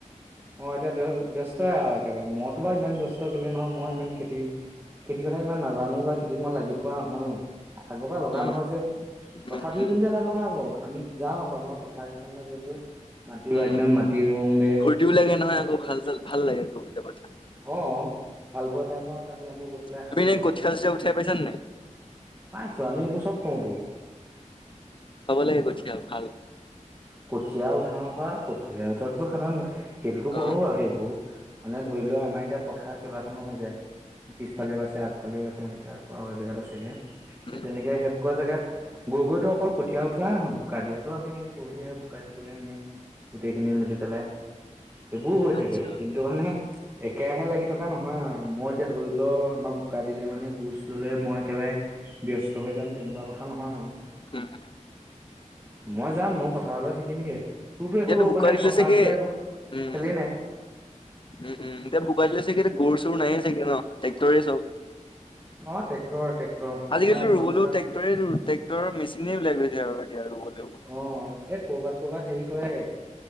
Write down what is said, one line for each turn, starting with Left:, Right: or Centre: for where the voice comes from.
Right: অ', এতিয়া ব্যস্তই আৰু একেবাৰে, মইতো বাৰু ইমান ব্যস্ত কেলে নহয় মই ইমান খেতি খেতিৰ কথা ইমান নাজানোঁ বা খেতিত মই লাগি ফুৰা নহয়ও, আগৰ পৰা লগা
Left: উম উম
Right: নহয় যে। তথাপিও
Left: উম
Right: কিন্তু এটা কথা আকৌ, আমি যাও আকৌ আমাৰ পথাৰ কেইখনলে গৈ গৈ মাটি ৰোৱা
Left: উম
Right: দিনত মা টি ৰুও গে।
Left: ফূৰ্তিও লাগে নহয় আকৌ ভাল চাল ভাল লাগে গৈ পেলায় পথাৰত।
Right: অ', হাল বোৱা টাইমত আমি আকৌ গৈ পেলাই
Left: তুমি
Right: হালো
Left: এনে কঠিয়া-চঠিয়া উথাই পাইছা নে নাই?
Right: পাইছোঁ আমি এইবোৰ চব কৰোঁটো।
Left: উঠাব লাগে কঠিয়াল ভাল।
Right: কঠীয়া উঠাও পৰা কঠীয়া উঠৱাতো সাধাৰণ কথা সেইটোতো
Left: উম,
Right: কৰো বাৰু সেইবোৰ। মানে ধৰি লোৱা আমাৰ এতিয়া পথাৰ কেইবাখনো হৈ যায়। পিছফালেও
Left: উম,
Right: আছে আগফালেও আছে এনেকে আকৌ আৰু এজেগাত আছেগে।
Left: উম,
Right: সেই তেনেকে সেইবোকৰ জেগাত গৈ গৈটো অকল কঠিয়া উঠোৱাই নহয় বোকা দিয়াতো আমি সেই পুৰহি এইয়া বোকা দিছোগে আমি, গোটেইখিনি মিলি পেলাই। এইবোৰ হৈ
Left: আচ্ছা
Right: থাকে কিন্তু মানে একেৰাহে লাগি থকা নহয় আৰু মই এতিয়া ধৰি লও'আমাৰ বোকা দিলে মানে গোছ ল'লে মই একেবাৰে ব্যস্ত হৈ যাম তেনেকুৱা কথা নহয় আৰু।
Left: উম, উম।
Right: মই যাম মই পথাৰলে থাকিমগে, তোৰতো
Left: এতিয়াতো
Right: একো
Left: বোকা
Right: মানে
Left: দিলে
Right: পথাৰত
Left: চাগে
Right: যোৱা একো
Left: উম,
Right: খেলেই নাই?
Left: উম, উম, এতিয়া বোকা দিলে চাগে এতিয়া গৰু-চৰু নাইে চাগে ন' ট্ৰেক্টৰে চব?
Right: অ', ট্ৰেক্টৰ ট্ৰেক্টৰ আমাৰ
Left: আজিকালি
Right: এখন পথাৰ
Left: <unintelligible> ট্ৰেক্টৰৰ মেচিনে ওলাই লৈ যায় আৰু এতিয়া আৰু গ'লেও।
Right: অ' এ কৰবাত কৰবাত হেৰি কৰে